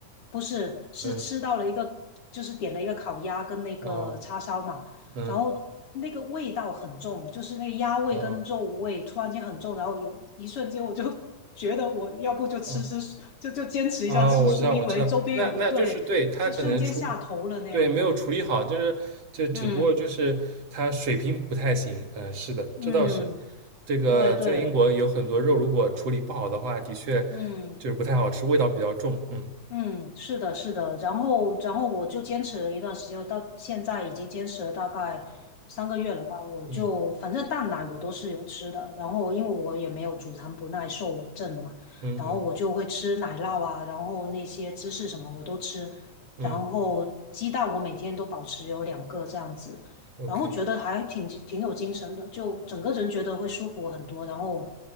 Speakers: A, on the left (about 50°); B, on the right (about 60°).
A: 不是，是吃到了一个，
B: 嗯
A: 就是点了一个烤鸭跟那个叉烧嘛。
B: 哦嗯
A: 然后那个味道很重，就是那个鸭味跟肉味突然间很重，
B: 哦
A: 然后有一瞬间我就 <laughs> 觉得我要不就吃吃就就坚持一下吃素，
B: 哦。哦，我知道，
A: 因为周边有很对，
B: 我知道，那那就是对他可能处，
A: 就瞬间下头了那样，
B: 对，没有处理好，
A: 对，
B: 就是这只不过就是他水平不太行，
A: 嗯
B: 嗯、是的，
A: 嗯，
B: 这倒是，这个在英国有很多肉，
A: 对对，
B: 如果处理不好的话，的确
A: 嗯。
B: 就是不太好吃，味道比较重，嗯
A: 嗯，是的，是的，然后，然后我就坚持了一段时间，到现在已经坚持了大概三个月了吧。我就反正蛋奶我都是有吃的，
B: 嗯
A: 然后因为我也没有乳糖不耐受症嘛，
B: 嗯嗯
A: 然后我就会吃奶酪啊，然后那些芝士什么我都吃，
B: 嗯
A: 然后鸡蛋我每天都保持有两个这样子，
B: ，OK，
A: 然后觉得还挺挺有精神的，就整个人觉得会舒服很多，然后